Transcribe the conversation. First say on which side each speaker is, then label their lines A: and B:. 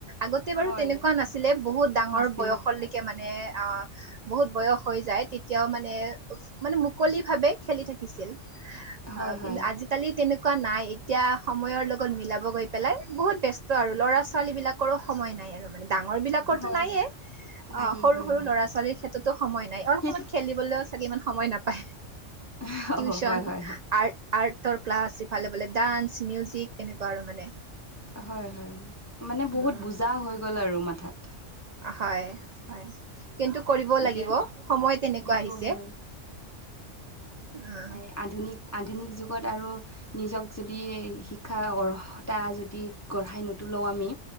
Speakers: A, on the right; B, on the left.
A: আগত তে
B: হয়
A: বাৰু
B: হয়
A: তেনেকুৱা নাছিলে বহুত ডাঙৰ
B: নাছিল
A: বয়সলৈকে
B: নাছিল
A: মানে আহ বহুত বয়স হৈ যায় তেতিয়াও মানে উফ মানে মুকলি ভাৱে খেলি থাকিছিল
B: হয়
A: অ
B: হয়
A: কিন আজিকালি তেনেকুৱা নাই এতিয়া সময়ৰ লগত মিলাব গৈ পেলাই বহুত বেচ ত আৰু ল'ৰা ছোৱালী বিলাকৰো সময় নাই আৰু মানে ডাঙৰ বিলাক ত
B: হয়
A: নাইয়ে অ
B: নায়ে
A: সৰু
B: হয়
A: সৰু
B: হয়
A: ল'ৰা ছোৱালীৰ ক্ষেত্ৰটো সময় নাই অলমান
B: সেইটো
A: খেলি বলও চাগে ইমান সময় নাপায়
B: অ'
A: টিউচন
B: হয়, হয়, হয়,
A: আৰ্ট আৰ্টৰ ক্লাছ আছে ইফালে বোলে ডান্স মিউজিক তেনেকুৱা আৰু মানে
B: হয় হয় উম মানে বহুত
A: উম
B: বুজা হৈ গ'ল আৰু মাথাত
A: হয় হয়
B: উম,
A: কিন্তু কৰিব
B: এতিয়া
A: লাগিব সময়
B: চাব
A: তেনেকুৱা
B: সেইটোও
A: আহিছে
B: হয়,
A: উম
B: এ আধুনিক আধুনিক যুগত আৰু নিজক যদি শিক্ষাৰ অৰ্হতা যদি গঢ়াই নুতুলও আমি